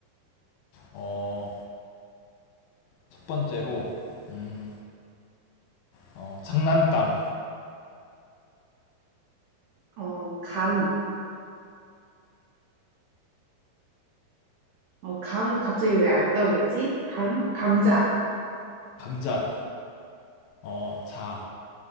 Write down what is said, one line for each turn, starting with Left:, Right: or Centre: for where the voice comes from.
Left: 어, 첫 번째로 음, 어, 장난감,
Right: 어, 감. 어, 감, 갑자기 왜 안 떠오르지? 감? 감자.
Left: 감자, 어, 자,